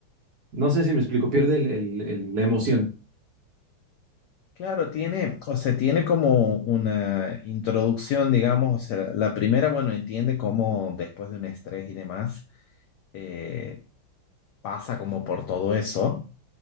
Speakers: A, on the right (about 55°); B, on the left (about 80°).
A: no sé si me explico, pierde el, el- el- la emoción.
B: claro, tiene, o sea, tiene como una introducción, digamos, o sea, la primera, bueno, entiende cómo después de un estrés y demás, eh, pasa como por todo eso,